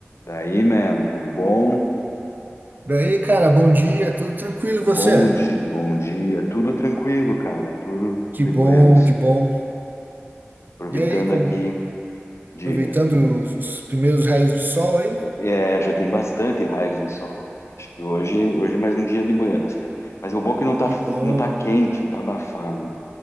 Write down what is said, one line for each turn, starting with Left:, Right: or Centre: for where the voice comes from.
Left: Daí, man, tudo bom?
Right: Daí, cara, bom dia, tudo tranquilo
Left: Bom
Right: e você?
Left: dia, bom dia, tudo tranquilo, cara, tudo
Right: Que
Left: de
Right: bom,
Left: buenos.
Right: que bom.
Left: Aproveitando
Right: E aí, como-
Left: aqui, diga,
Right: aproveitando os, os primeiros raios de sol, hein?
Left: é, já tem bastante raios de sol. Acho que hoje, hoje é mais um dia de buenas, cara. Mas o bom é que não tá,
Right: Que bom.
Left: não tá quente, não tá abafado. Não